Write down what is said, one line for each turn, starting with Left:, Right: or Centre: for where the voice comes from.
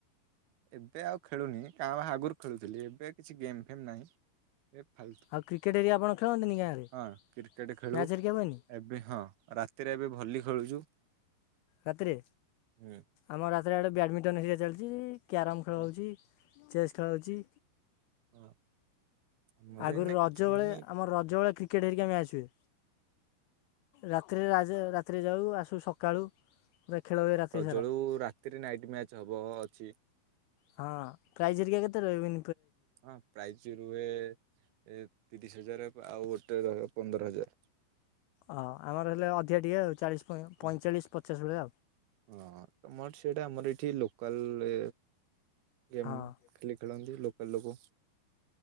Right: ଏବେ ଆଉ ଖେଳୁନି କାଁ ଭାଁ ଆଗରୁ ଖେଳୁଥିଲି, ଏବେ କିଛି ଗେମ୍ ଫେମ୍ ନାହିଁ। ଫାଲତୁ
Left: ଆଉ କ୍ରିକେଟ୍ ହେରିକା ଆପଣ ଖେଳନ୍ତିନି ଗାଁରେ
Right: ହଁ କ୍ରିକେଟ ଖେଳୁ,
Left: ମ୍ୟାଚ୍ ହେରିକା ହୁଏନି
Right: ଏବେ ହଁ ରାତିରେ ଏବେ ଭଲି ଖେଳୁଛୁ।
Left: ରାତିରେ
Right: ହୁଁ
Left: ଆମ ରା ଇଆଡେ ବ୍ୟାଡମିଣ୍ଟନ ହେରିକା ଚାଲିଛି। କ୍ୟାରମ୍ ଖେଳ
Right: ହଁ
Left: ହଉଛି। ଚେଷ୍ ଖେଳ ହଉଛି।
Right: ହଁ। ଆମର
Left: ଆଗରୁ
Right: ଏଇନା
Left: ରଜ
Right: କିଛି ନାହିଁ
Left: ବେଳେ ଆମର ରଜ ବେଳେ କ୍ରିକେଟ ହେରିକା ମ୍ୟାଚ୍ ହୁଏ। ରାତିରେ ରାତିରେ ଯାଉ ଆସୁ ସକାଳୁ। ପୁରା ଖେଳ ହୁଏ ରାତି
Right: ରଜ
Left: ସାରା
Right: ବେଳକୁ ରାତିରେ ନାଇଟ୍ ମ୍ୟାଚ ହବ ଅଛି।
Left: ହଁ ପ୍ରାଇଜ ହେରିକା କେତେ ରହେ ଉ
Right: ହଁ ପ୍ରାଇଜ ରୁହେ ତିରିଶ ହଜାର ଆଉ ଗୋଟେ ରହେ ପନ୍ଦର ହଜାର।
Left: ଓ ହ ଆମର ହେଲେ ଅଧିକା ଟିକେ ଆଉ ଚାଳିଶ ପଇଁଚାଳିଶ
Right: ହଁ
Left: ପଚାଶ ଭଳିଆ
Right: ହଁ ତମର ସେଟା ଆମର ଏଇଠି ଲୋ କାଲ ଗେମ୍
Left: ଆଉ ହଁ
Right: ଖାଲି ଖେଳନ୍ତି ଲୋ <unintelligible>